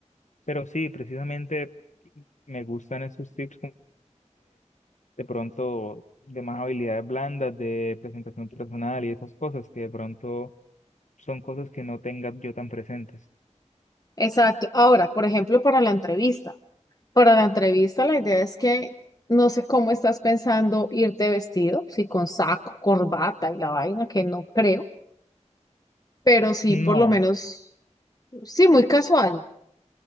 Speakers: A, on the left; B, on the left.
A: Pero sí, precisamente me gustan esos tips como de pronto de más habilidades blandas, de presentación personal y esas cosas que de pronto son cosas que no tenga yo tan presentes.
B: Exacto. Ahora, por ejemplo, para la entrevista. Para la entrevista, la idea es que no sé cómo estás pensando irte vestido, si con saco, corbata y la vaina, que no creo, pero sí
A: No,
B: por lo menos, sí, muy casual.